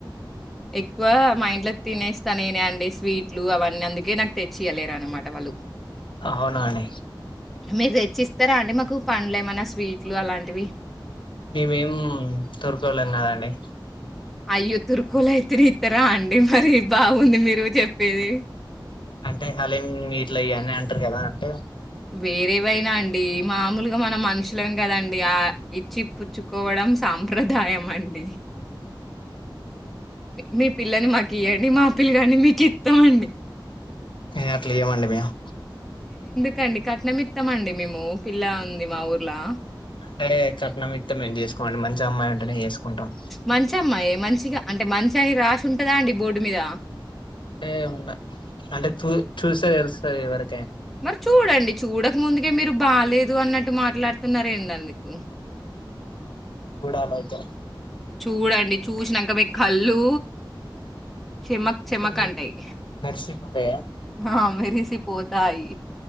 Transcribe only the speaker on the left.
అవునా అండి
మేమేం తూర్కోల్లం కాదండి
అంటే హలీం గిట్ల చేయాలనే అంటారు కదా అంటే
ఏ అట్లుయేమండి మేమ్
అంటే కట్నమిత్తే మేం జేసు మంచి అమ్మాయి అంటేనే చేసుకుంటాం
అంటే ఉన్నా అంటే చూ చూస్తే తెలుస్తది కదా ఎవరు
కుడాలైతే
మొత్తం
మె
మెరిసిపోతాయా